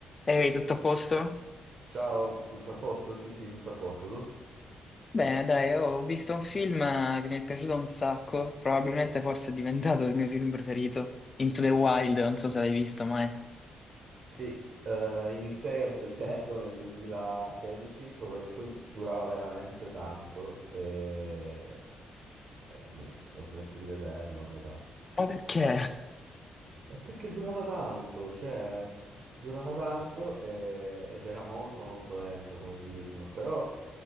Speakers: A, on the left; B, on the right.
A: Ehi, tutto a posto?
B: Ciao, tutto a posto? Sì, sì, tutto a posto, tu?
A: Bene, dai, ho visto un film eh, che mi è piaciuto un sacco, probabilmente forse è diventato il mio film preferito, Into the Wild, non so se l'hai visto mai.
B: Sì, eh, iniziai a vederlo nel 2016, solo che poi durava veramente tanto e, e niente, ho smesso di vederlo a metà.
A: Ma perché?
B: E perché durava tanto, cioè, durava tanto e- ed era molto molto lento come film, però